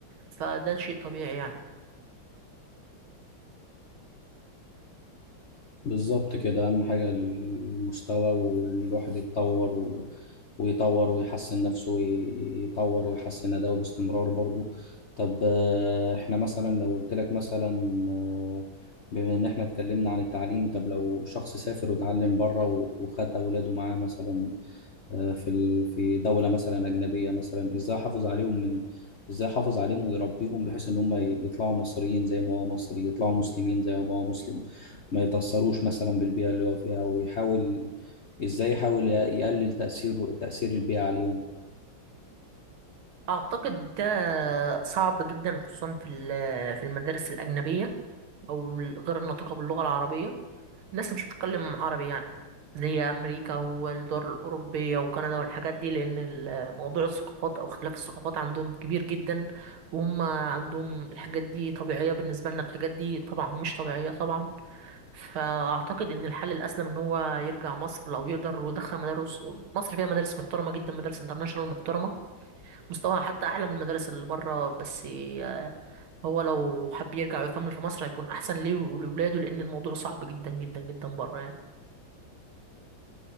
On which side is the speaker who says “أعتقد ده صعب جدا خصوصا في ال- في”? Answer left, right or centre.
Right